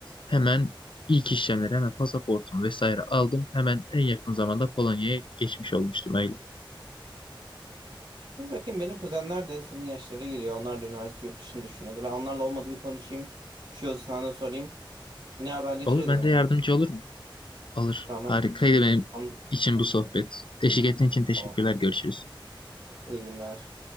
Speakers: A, on the left; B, on the right.
A: Hemen ilk işlemleri hemen pasaportumu vesaire aldım. Hemen en yakın zamanda Polonya'ya geçmiş olmuştum öyle.
B: Dur bakayım benim kuzenler de senin yaşlara geliyor. Onlar da üniversite yurt dışını düşünüyordu. Ben onlarla olmadı bir konuşayım. Bir şey olursa sana da sorayım. Yine haberleşiriz
A: Olur ben
B: o zaman.
A: de yardımcı olur mu? Olur.
B: Tamam.
A: Harikaydı benim
B: Anladım.
A: için bu sohbet. Eşlik ettiğin için teşekkürler.
B: Tamam.
A: Görüşürüz.
B: İyi günler.